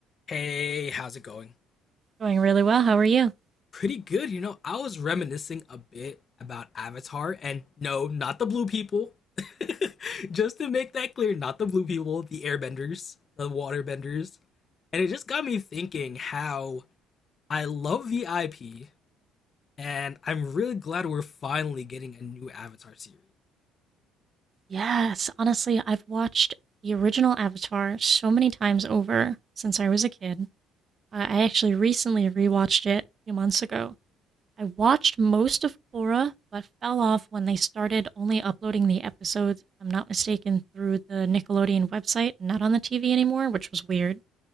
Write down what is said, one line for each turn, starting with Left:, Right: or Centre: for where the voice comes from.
Left: Hey, how's it going?
Right: Doing really well. How are you? <laughs>
Left: Pretty good. You know, I was reminiscing a bit about Avatar, and no, not the blue people. <laughs> just to make that clear, not the blue people, the airbenders, the waterbenders. And it just got me thinking how I love the IP, and I'm really glad we're finally getting a new Avatar series.
Right: Yes, honestly, I've watched the original Avatar so many times over since I was a kid. Uh, I actually recently rewatched it a few months ago. I watched most of Korra, but fell off when they started only uploading the episodes, if I'm not mistaken, through the Nickelodeon website, not on the TV anymore, which was weird.